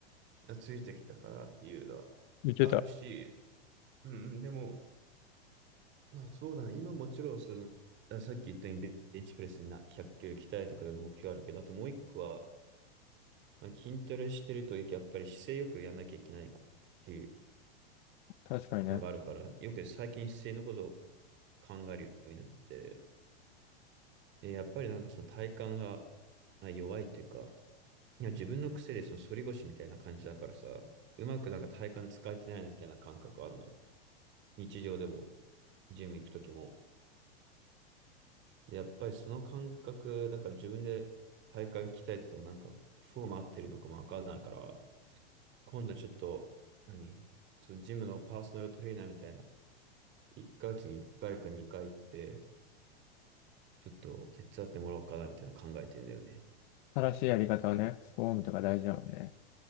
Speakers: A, on the right; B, on the left.
A: ついてきたかなっていうのはあるし、
B: 言ってた。
A: うんうん、でも、まあそうだね。今もちろんその、あさっき言ったようにベベンチプレスにな100キロ鍛えとかいう目標あるけど、あともう一個は、まあ、筋トレしてるとやっぱり姿勢よくやんなきゃいけないっていう
B: 確かにね。
A: のがあるから、よく最近姿勢のことを考えるようになって、で、やっぱりなんかその体幹がまあ弱いっていうか、いや自分の癖でその反り腰みたいな感じだからさ、うまくなんか体幹使えてないなみたいな感覚あるの。日常でも、ジム行くときも。で、やっぱりその感覚、だから自分で体幹鍛えててもなんかフォーム合ってるのかもわかんないから、今度ちょっと、何ちょっとジムのパーソナルトレーナーみたいな、1ヶ月に1回か2回行って、ちょっと手伝ってもらおうかなみたいな考えてんだよね。
B: 正しいやり方をね、スフォームとか大事だもんね。